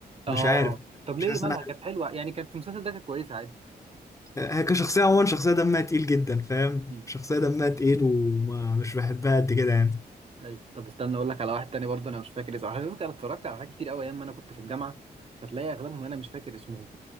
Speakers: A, on the left; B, on the right.
A: مش
B: اه
A: عارف
B: طب
A: مش
B: ليه
A: حاسس
B: مالها
A: ان انا
B: كانت حلوه يعني كانت في المسلسل ده كانت كويسه عادي
A: هي كشخصيه عموما شخصيه دمها تقيل جدا فاهم
B: مم.
A: شخصيه دمها تقيل ومش بحبها قد كده يعني
B: ايوه طب استنى اقول لك على واحد تاني برضه انا مش فاكر اسمه على فكره انا اتفرجت على حاجات كتير قوي ايام ما انا كنت في الجامعه فتلاقي اغلبهم انا مش فاكر اسمهم